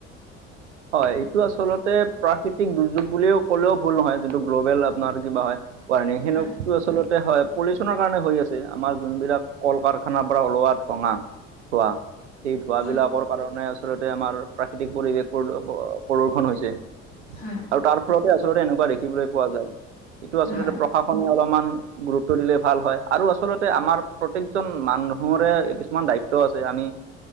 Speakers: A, on the right; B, on the left.
A: হয় এইটো আচলতে প্ৰাকৃতিক দুৰ্যোগ বুলিও ক'লেও ভুল নহয় যিটো গ্ল'বেল আপোনাৰ কিবা হয় ৱণিং সেনকতটো
B: হয়
A: আচলতে হয় পলিউশচনৰ কাৰণে হৈ আছে আমাৰ যোনবিলাক কল কাৰখানাৰ পৰা ওলোৱা ঠঙা খোৱা সেই ধোঁৱাবিলাকৰ
B: হয়
A: কাৰণে আচলতে আমাৰ প্ৰাকৃতিক পৰিৱেশ প্ৰ প্ৰদূ্ষন হৈছে।
B: হয়।
A: আৰু তাৰ ফলতে আচলতে এনেকুৱা দেখিবলৈ পোৱা যায় এইটো আচলতে
B: হয়
A: প্ৰশাসনে অলপমান গুৰুত্ব দিলে ভাল হয় আৰু আচলতে আমাৰ প্ৰত্যেকজন মানুহৰে কিছুমান দায়িত্ব আছে আমি